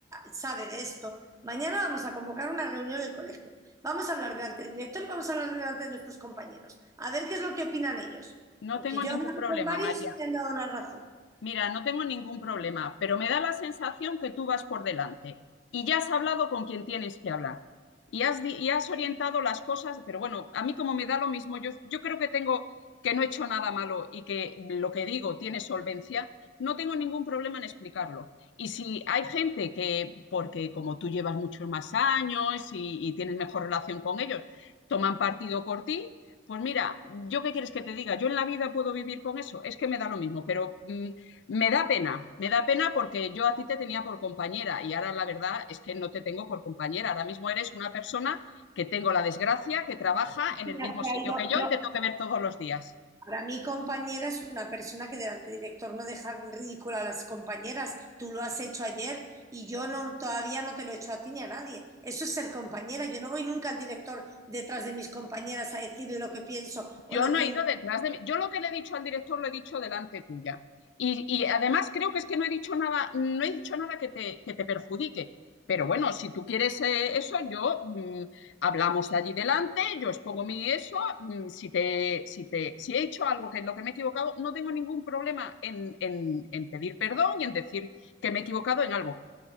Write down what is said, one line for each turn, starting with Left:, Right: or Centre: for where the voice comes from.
Right: sabe de esto, mañana vamos a convocar una reunión en el colegio. Vamos a hablar delante del director y vamos a hablar delante de nuestros compañeros. A ver qué es lo que opinan ellos.
Left: no
Right: Porque
Left: tengo
Right: yo
Left: ningún
Right: he hablado
Left: problema,
Right: con varios
Left: María.
Right: y me han dado la razón.
Left: Mira, no tengo ningún problema, pero me da la sensación que tú vas por delante y ya has hablado con quien tienes que hablar y has, y has orientado las cosas, pero bueno, a mí como me da lo mismo, yo, yo creo que tengo que no he hecho nada malo y que lo que digo tiene solvencia, no tengo ningún problema en explicarlo. Y si hay gente que, porque como tú llevas muchos más años y, y tienes mejor relación con ellos, toman partido por ti, pues mira, ¿yo qué quieres que te diga? Yo en la vida puedo vivir con eso, es que me da lo mismo, pero mm, me da pena, me da pena porque yo a ti te tenía por compañera y ahora la verdad es que no te tengo por compañera. Ahora mismo eres una persona que tengo la desgracia, que trabaja
Right: Cristina
Left: en el mismo
Right: se ha
Left: sitio
Right: ido,
Left: que yo
Right: yo,
Left: y te tengo que ver todos los días.
Right: Para mí, compañera es una persona que delante del director no deja en ridículo a las compañeras. Tú lo has hecho ayer y yo no, todavía no te lo he hecho a ti ni a nadie. Eso es ser compañera. Yo no voy nunca al director detrás de mis compañeras a decirle lo que pienso o
Left: Yo
Right: lo
Left: no
Right: que
Left: he
Right: una.
Left: ido detrás de mí. Yo lo que le he dicho al director lo he dicho delante tuya. Y, y además creo que es que no he dicho nada, no he dicho nada que te, que te perjudique. Pero bueno, si tú quieres eh, eso, yo mm, hablamos allí delante, yo expongo mi eso, mm, si te, si te, si he hecho algo que es lo que me he equivocado, no tengo ningún problema en, en, en pedir perdón y en decir que me he equivocado en algo.